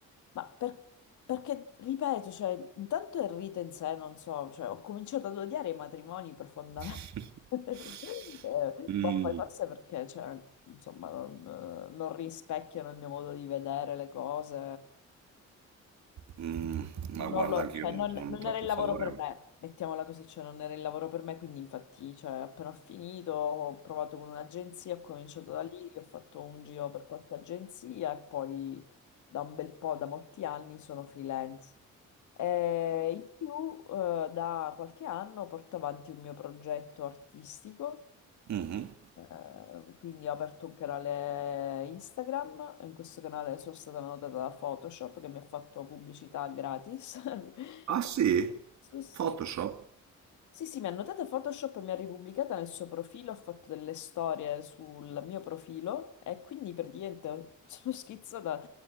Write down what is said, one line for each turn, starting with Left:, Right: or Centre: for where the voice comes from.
Left: ma per- perché, ripeto, cioè, intanto il rito in sé, non so, cioè, ho cominciato ad odiare i matrimoni profondamente,
Right: <laughs>
Left: <laughs> Eh,
Right: Mm.
Left: boh, poi forse perché, cioè, insomma, non, eh, non rispecchiano il mio modo di vedere le cose,
Right: Mm.
Left: non
Right: Ma guarda,
Left: lo-
Right: anche
Left: cioè,
Right: io non
Left: non-
Right: sono
Left: non
Right: troppo
Left: era il lavoro
Right: favorevole.
Left: per me, mettiamola così, cioè non era il lavoro per me, quindi infatti, cioè, appena ho finito, ho provato con un'agenzia, ho cominciato da lì, ho fatto un giro per qualche agenzia e poi da un bel po', da molti anni, sono freelance. E in più, eh, da qualche anno porto avanti un mio progetto artistico
Right: Mhm.
Left: eh, quindi ho aperto un canale Instagram, in questo canale sono stata notata da Photoshop che mi ha fatto pubblicità gratis. <laughs>
Right: Ah sì?
Left: Sì, sì.
Right: Photoshop?
Left: Sì, sì, mi ha notata Photoshop e mi ha ripubblicata nel suo profilo, ha fatto delle storie sul mio profilo e quindi praticamente <laughs> sono schizzata